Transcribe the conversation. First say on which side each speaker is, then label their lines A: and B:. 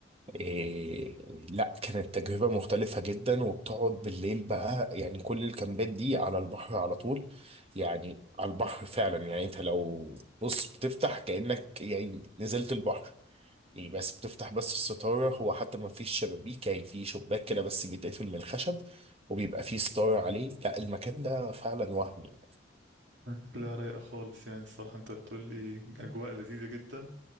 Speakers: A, on the right (about 30°); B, on the right (about 65°).
A: إيه لا كانت تجربة مختلفة جدا وبتقعد بالليل بقى يعني كل الكامبات دي على البحر على طول يعني على البحر فعلا يعني انت لو بص بتفتح كأنك يعني نزلت البحر يعني بس بتفتح بس الستارة هو حتى ما فيش شبابيك يعني في شباك كده بس بيتقفل من الخشب وبيبقى فيه ستارة عليه لا المكان ده فعلا وهمي يعني
B: شكلها رايقة خالص يعني الصراحة أنت بتقول لي أجواء لذيذة جدا